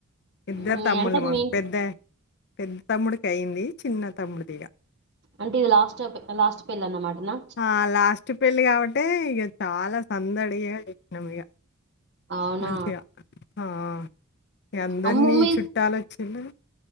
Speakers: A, on the left; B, on the right.
A: ఇద్దరు
B: మ్మ్
A: తమ్ముళ్లు
B: అంటే
A: మాకు
B: మీ
A: పెద్ద పెద్ద తమ్ముడికి అయింది చిన్న తమ్ముడిదిగా
B: అంటే ఈ లాస్ట్ అయిప్ లాస్ట్ పెళ్ళ అన్నమాట నా
A: ఆ లాస్ట్ పెళ్ళి గావట్టే ఇగ చాల సందడిగగా చెప్పినాం ఇగ
B: అవునా
A: మంచిగా ఆ ఇగ అందరినీ
B: అమ్మో మీ
A: చుట్టాలోచిండ్రు